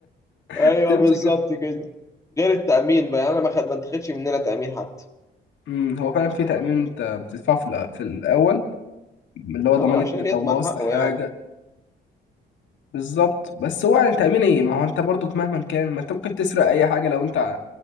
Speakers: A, on the left; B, on the left.
A: <laughs>
B: ايوه
A: تمشي
B: بالظبط
A: كده
B: كده غير التأمين بقى انا ما خد ما اتخدش مننا تأمين حتى
A: امم، هو فعلا في تامين انت بتدفعه في الأ- في الاول اللي هو ضمان
B: اه عشان
A: انت
B: يضمن
A: لو بوظت
B: حقه
A: حاجه
B: يعني
A: بالظبط بس هو يعني تامين ايه ما هو انت برضك مهما كان ما انت ممكن تسرق اي حاجه لو انت ع-